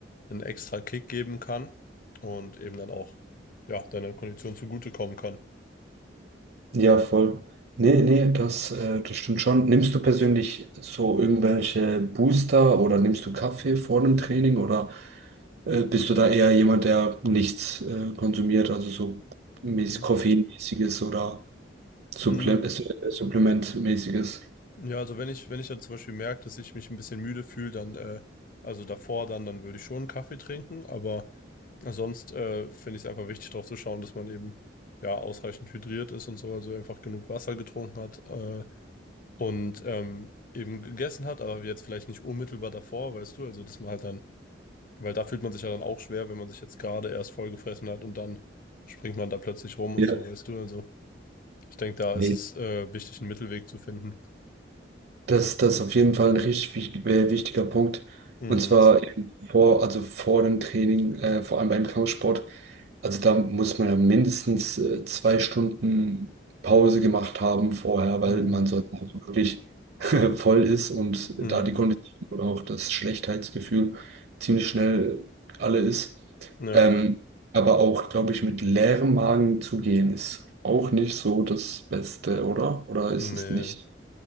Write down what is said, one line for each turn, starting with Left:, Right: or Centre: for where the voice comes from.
Left: einen extra Kick geben kann und eben dann auch ja, deiner Kondition zugutekommen kann.
Right: Ja, voll. Nee, nee, das, äh, das stimmt schon. Nimmst du persönlich so irgendwelche Booster oder nimmst du Kaffee vor einem Training oder äh, bist du da eher jemand, der nichts äh, konsumiert, also so mäßig
Left: Mhm.
Right: koffeinmäßiges oder Supple
Left: Mm,
Right: äh, Supplementmäßiges?
Left: Ja, also wenn ich, wenn ich dann zum Beispiel merke, dass ich mich ein bisschen müde fühle, dann, äh, also davor dann, dann würde ich schon einen Kaffee trinken, aber sonst äh, finde ich es einfach wichtig, darauf zu schauen, dass man eben ja ausreichend hydriert ist und so, also einfach genug Wasser getrunken hat, äh, und ähm, eben gegessen hat, aber jetzt vielleicht nicht unmittelbar davor, weißt du, also dass man halt dann, weil da fühlt man sich ja dann auch schwer, wenn man sich jetzt gerade erst vollgefressen hat und dann springt man da plötzlich rum und
Right: Ja,
Left: so, weißt du, also ich denke, da
Right: nee.
Left: ist es äh, wichtig, einen Mittelweg zu finden.
Right: Das, das ist auf jeden Fall ein richtig wich- äh, wichtiger Punkt.
Left: Mm,
Right: Und zwar eben vor, also vor dem Training, äh, vor allem beim Kampfsport. Also da muss man ja mindestens äh, zwei Stunden Pause gemacht haben vorher, weil
Left: mm,
Right: man sonst einfach wirklich <laughs> voll ist und
Left: mm,
Right: da die Kondition oder auch das Schlechtheitsgefühl ziemlich schnell alle ist.
Left: ja,
Right: Ähm, aber auch, glaube ich, mit leerem Magen zu gehen, ist auch nicht so das Beste, oder? Oder ist
Left: nee,
Right: es nicht?